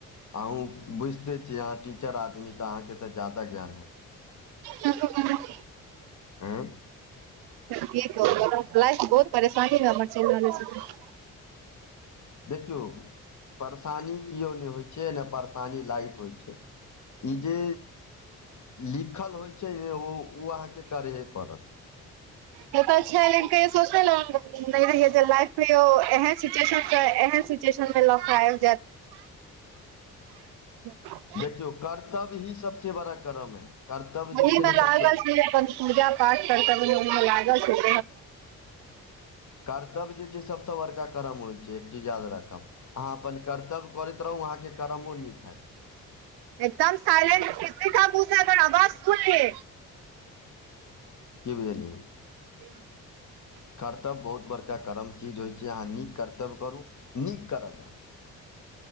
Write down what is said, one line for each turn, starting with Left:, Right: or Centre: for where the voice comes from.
Left: अहुँ बुझिते छी अहाँ टीचर आदमी तऽ अहाँकेँ तऽ जादा ज्ञान हैत
Right: कहलियै
Left: आँय
Right: लाइफ मे बहुत परेशानी ह हमर चलि रहल छै
Left: देखियौ परेशानी किओ नहि होइ छै नहि परेशानी लाायक होइ छै ई जे लिखल होइत छै ने ओ ओ अहाँकेँ करहे पड़त
Right: से त छैय कहियो सोचने नहि रहै लाइफ मे यौ एहन सिचूशन ऐ एह टीयूशन मे ल क आबि जायत
Left: ह <inaudible>
Right: <unintelligible>
Left: देखियौ कर्तव्य ही सबसे बड़ा कर्म है कर्तव्य
Right: वहिमे
Left: जे छै ने
Right: लागल
Left: सबसँ
Right: छी अपन अपन पूजा पाठ करताबै ओहिमे लागल छी
Left: कर्तव्य जे छै सबसे बड़का कर्म होइ छै एक चीज याद राखब अहाँ अपन कर्तव्य करैत रहू अहाँके कर्मो नीक हैत
Right: एकदम साइलेट किसी पूस अगर आवाज सुने
Left: कि बुझलियै
Right: <unintelligible>
Left: कर्तव्य बहुत बड़का कर्म चीज होइत छै अहाँ नीक कर्तव्य करू नीक कर्म हइ